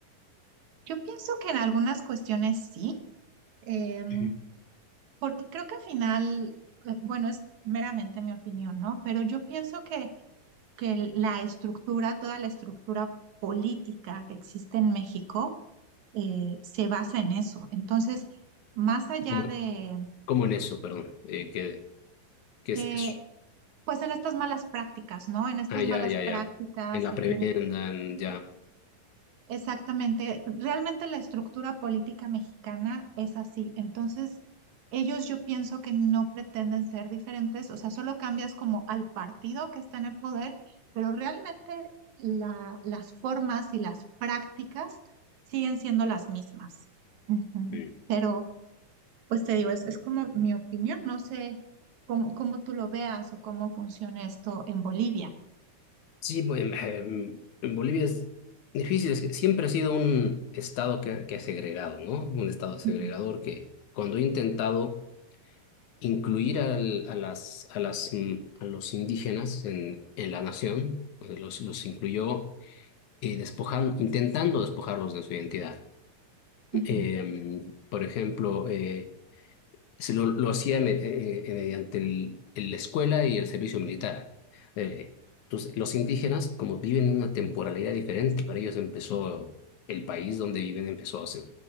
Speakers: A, on the right (about 65°); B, on the left (about 70°).
A: Yo pienso que en algunas cuestiones sí. Em,
B: Ujú.
A: porque creo que al final, eh, bueno, es meramente mi opinión, ¿no? Pero yo pienso que, que el- la estructura, toda la estructura política que existe en México, eh, se basa en eso. Entonces, más allá
B: ¿Cómo,
A: de,
B: cómo en eso, perdón? Eh, ¿qué, qué
A: eh,
B: es eso?
A: pues en estas malas prácticas, ¿no? En estas
B: Ah, ya,
A: malas
B: ya, ya.
A: prácticas,
B: En la
A: en,
B: prebenda, en- ya.
A: Exactamente. Realmente la estructura política mexicana es así. Entonces, ellos yo pienso que no pretenden ser diferentes, o sea, solo cambias como al partido que está en el poder, pero realmente la- las formas y las prácticas siguen siendo las mismas. Ujú.
B: Sí.
A: Pero, pues te digo, es, es como mi opinión, no sé cómo, cómo tú lo veas o cómo funciona esto en Bolivia.
B: Sí, bueno, em, en Bolivia es difícil, es que siempre ha sido un estado que, que ha segregado, ¿no? Un estado segregador
A: Ujú,
B: que cuando he intentado incluir al- a las, a las, mm, a los indígenas en, en la nación, pues, los, los incluyó eh, despojando, intentando despojarlos de su identidad. Em,
A: ujú,
B: por ejemplo, eh, se lo, lo hacía me- eh, eh, mediante el- el- la escuela y el servicio militar. Eh, entonces, los indígenas, como viven en una temporalidad diferente, para ellos empezó el país donde viven, empezó, hace